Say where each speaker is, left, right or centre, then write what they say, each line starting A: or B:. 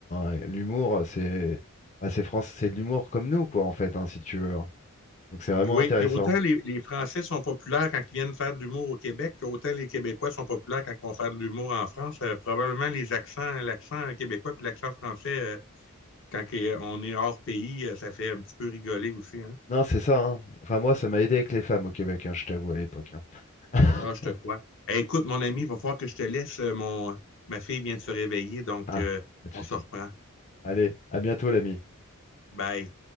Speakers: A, on the left; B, on the left.
A: Enfin, l'humour, c'est ah, c'est France, c'est de l'humour comme nous, quoi, en fait, hein, si tu veux. hein. Donc c'est vraiment
B: Oui,
A: intéressant.
B: puis autant les, les Français sont populaires quand ils viennent faire de l'humour au Québec, qu'autant les Québécois sont populaires quand ils vont faire de l'humour en France. Euh, probablement les accents, l'accent québécois puis l'accent français, euh, quand que- euh, on est hors pays, euh, ça fait un petit peu rigoler aussi. Hein.
A: Non, c'est ça, hein. Enfin moi, ça m'a aidé avec les femmes au Québec, hein, je t'avoue, à l'époque. hein.
B: Non, je te crois.
A: <laughs>
B: Eh, écoute, mon ami, il va falloir que je te laisse. euh, Mon... Ma fille vient de se réveiller, donc
A: Ah,
B: euh,
A: pas de souci.
B: on se reprend.
A: Allez, à bientôt l'ami.
B: Bye.